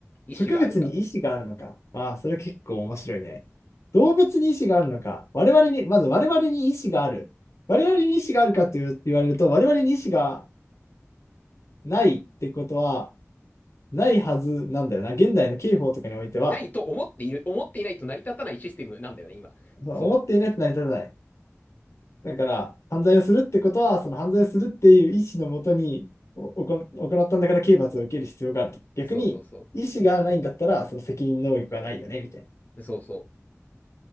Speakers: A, on the left (about 35°); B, on the left (about 65°).
A: 意思があるか。
B: 植物に意思があるのか。まあ、それ結構面白いね。動物に意思があるのか。我々に、まず我々に意思がある。我々に意思があるかって言う言われると、我々に意思がないってことは、ないはずなんだよな。現代の刑法とかにおいては、
A: ないと思っている、思っていないと成り立たないシステムなんだよね、今。
B: 思っていないと成り立たない。
A: そ
B: だから、犯罪をするってことは、その犯罪をするっていう意思のもとにおおこ行ったんだから刑罰を受ける必要があると。逆に、
A: う。そうそうそ
B: 意思がないんだったら、その責任能力はないよね、みたいな。
A: う。そうそ